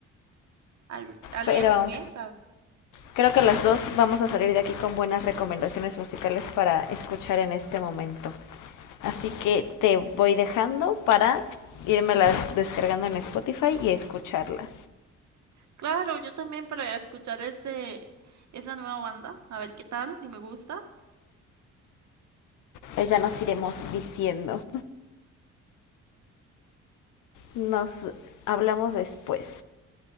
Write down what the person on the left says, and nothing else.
pero
creo que las dos vamos a salir de aquí con buenas recomendaciones musicales para escuchar en este momento. Así que te voy dejando para irmelas descargando en Spotify y escucharlas.
Pues ya nos iremos diciendo. Nos hablamos después.